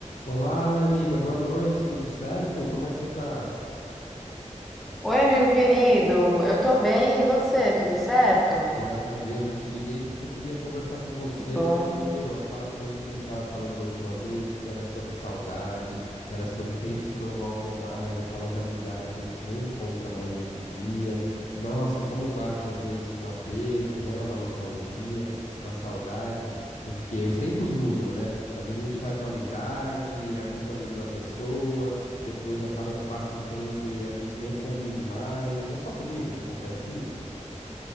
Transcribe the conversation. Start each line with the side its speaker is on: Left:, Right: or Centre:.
Left: Olá, minha amiga, boa noite, tudo certo? Como é que você tá?
Centre: Oi, amigo querido, eu tô bem, e você, tudo certo?
Left: Graças a Deus, eu te liguei porque eu queria conversar com você
Centre: Que bom.
Left: sobre, meu, aquela coisa que a gente tava falando da última vez, que era sobre saudade, que era sobre tempos que não voltam mais, aquelas amizades que a gente nem encontra mais hoje em dia. Nossa, como bate às vezes um aperto, né? Uma nostalgia, uma saudade, porque os tempos mudam, né? Às vezes a gente faz uma amizade, é muito amigo da pessoa, depois acaba que passa um tempo e a gente nem convive mais. É só comigo que acontece isso?